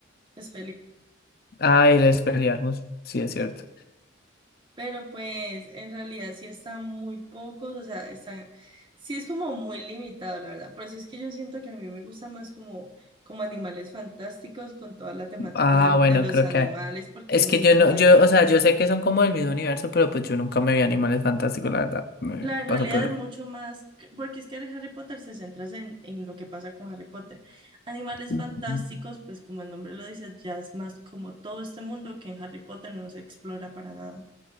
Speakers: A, on the right; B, on the left.
A: Es
B: Ah, y el Expelliarmus, sí es cierto.
A: Pero pues en realidad sí están muy pocos, o sea, están, sí es como muy limitado, la verdad. Por eso es que yo siento que a mí me gusta más como, como animales fantásticos con toda la temática
B: Ah,
A: del-
B: bueno,
A: de, los
B: creo
A: animales,
B: que
A: porque
B: es
A: es mucho
B: que yo no,
A: más
B: yo,
A: grande.
B: o sea, yo sé que son como del mismo universo, pero pues yo nunca me vi Animales Fantásticos, la verdad, me
A: La, en
B: paso
A: realidad
B: por el
A: es
B: ojo.
A: mucho más, que- porque es que Harry Potter se centra en, en lo que pasa con Harry Potter. Animales
B: Ujú.
A: fantásticos, pues como el nombre lo dice, ya es más como todo este mundo que en Harry Potter no se explora para nada.